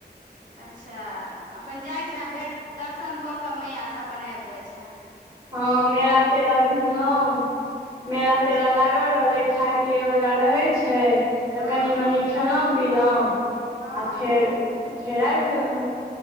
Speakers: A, on the right (about 50°); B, on the right (about 15°).
A: अच्छा अपन जाइत छँ भेँट दर्शन कऽ कऽ मैयासँ अपन आबि जाइत छ‌एं
B: हँ मेला तेला घुमलहुं मेला
A: अच्छा
B: तेला लागल रहले खाय पियैवला रहै छै तऽ
A: हँ
B: कनि मनी खेलहुँ पिलहुँ
A: हँ
B: आ फेर तऽ फेड़ आबि गेलौ